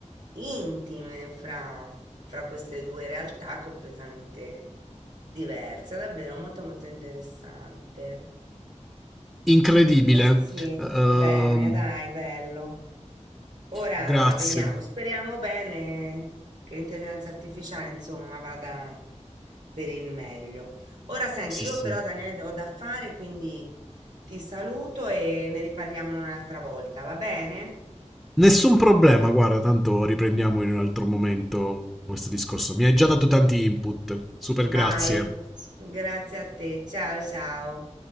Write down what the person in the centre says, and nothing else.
incredibile.
Ehm,
grazie.
Sì,
sì.
Nessun problema, guarda, tanto riprendiamo in un altro momento questo discorso. Mi hai già dato tanti input. Super grazie.